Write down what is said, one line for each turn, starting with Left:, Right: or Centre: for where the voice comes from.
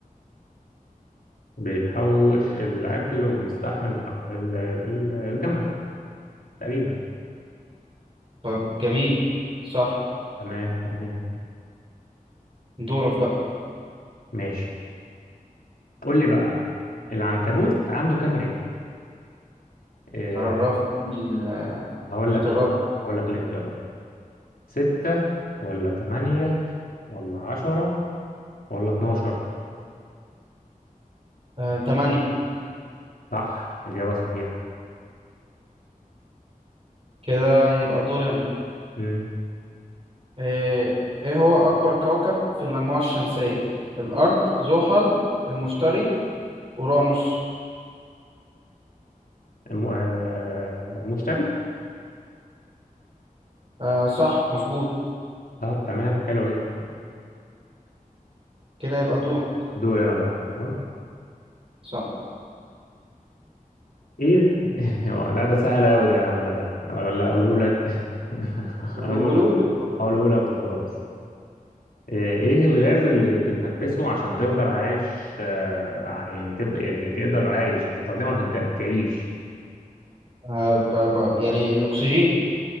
Left: بيحوش الاكل وبيستحمل الحط... ال- ال- الجمل تقريبا
Right: طب جميل صح
Left: تمام تمام
Right: دورك بقى
Left: ماشي قول لي بقى العنكبوت عنده كام رجل إيه
Right: عرفني ال-
Left: هقول
Right: الاختيارات
Left: لك ال... هقول لك الاختيارات ستة ولا تمانية ولا عشرة ولا 12
Right: آه، تمانية
Left: صح إجابة صحيحة
Right: كده يبقى دوري أنا
Left: مم.
Right: آه، إيه هو أكبر كوكب في المجموعة الشمسية الأرض زحل المشتري أورانوس
Left: الم... آه، مشتري
Right: آه، صح مظبوط
Left: طب تمام حلو جدا
Right: كده يبقى دورك
Left: دوري أنا بقى تمام
Right: صح
Left: إيه <laughs> آه، لا ده سهل أوي ده يا عم ده سهل ولا أقوله لك <laughs>
Right: قولوا
Left: أقوله
Right: قولوا
Left: لك
Right: لي
Left: أقوله لك وخلاص آه، إيه الغاز اللي بتتنفسه عشان تفضل عايش آه، ع- يعني تفضل يعني تقدر عايش بتستخدمه عشان تق- تعيش
Right: آه، ب- ب- يعني الأكسجين